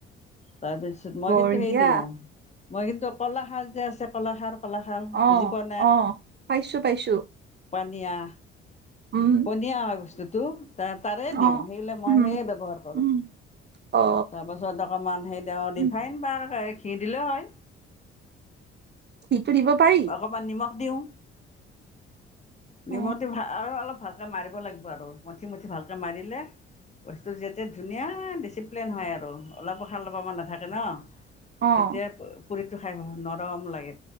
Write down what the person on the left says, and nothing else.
তাৰপিছত মই
কিন্তু হেই দিওঁ মই কিন্তু কলাখাৰ যে আছে কলাখাৰ। কলাখাৰ বুজি
পোৱা
পনিয়া।
পনীয়া হয় বস্তুটো। টো। তাৰে দিওঁ
সেইল মই
সেই ব্যৱহাৰ কৰো
তাৰপাছত অকমান সেই দি ৰিফাইন
বাৰ ঘি দিলেও হয়।
অকণমান নিমখ দিওঁ। নিমখটো
ভাল আৰু অলপ ভালকে মাৰিব লাগিব আৰু মুঠি মুঠি ভালকে মাৰিলে বস্তু যাতে ধুনীয়া ডিচিপ্লিন হয় আৰু অলপো <unintelligible> নাথাকে ন।
তেতিয়া পুৰি তো খাই <unintelligible> নৰম লাগে